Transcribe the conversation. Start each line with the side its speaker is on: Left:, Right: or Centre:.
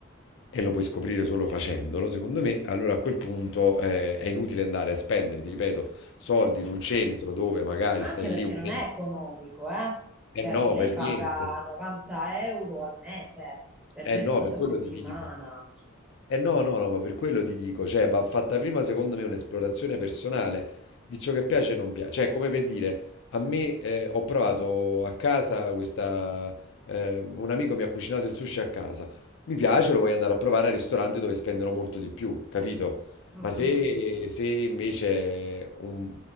Left: e lo puoi scoprire solo facendolo, secondo me, allora a quel punto eh, è inutile andare a spendere, ti ripeto, soldi
Centre: eh.
Left: in un centro dove magari
Centre: Ma
Left: stai
Centre: anche perché
Left: lì un
Centre: non
Left: mese.
Centre: è economico, eh? Cioè,
Left: Eh no,
Centre: lei
Left: per
Centre: paga
Left: niente.
Centre: 90 euro al mese per
Left: Eh
Centre: due
Left: no,
Centre: sedute
Left: per
Centre: a
Left: quello
Centre: settimana.
Left: ti dico. Eh no, no, no, ma per quello ti dico, cioè, va fatta prima secondo me un'esplorazione personale di ciò che piace e non piace. Cioè, come per dire, a me eh, ho provato a casa questa... eh, un amico mi ha cucinato il sushi a casa. Mi piace, lo voglio andare a provare al ristorante dove spenderò molto di più, capito?
Centre: Mm,
Left: Ma se,
Centre: mm.
Left: se invece un-